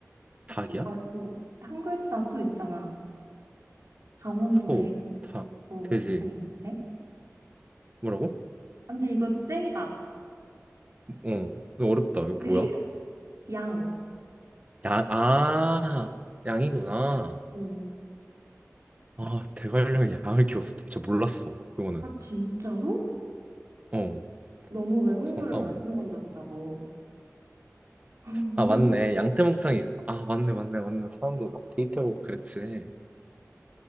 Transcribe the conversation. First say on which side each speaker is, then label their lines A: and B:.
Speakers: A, on the right (about 25°); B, on the right (about 70°).
A: 닭이야?
B: 소 말고 한 글자 또 있잖아. 강원도에
A: 소, 닭,
B: 어,
A: 돼지.
B: 목살 있는데?
A: 뭐라고?
B: 아, 근데 이거 땡이다.
A: 어, 이거 어렵다. 이거
B: <laughs>
A: 뭐야?
B: 양.
A: 양, 아, 양이구나.
B: 응.
A: 아, 대관령 양을 키웠어. 진짜 몰랐어. 그거는.
B: 아, 진짜로?
A: 어,
B: 너무 외국물을
A: 잠깐만.
B: 많이 먹었나 보다, 너. <laughs>
A: 아, 맞네. 양떼목장이. 아, 맞네, 맞네, 맞네. 사람들 막 데이트하고 그랬지.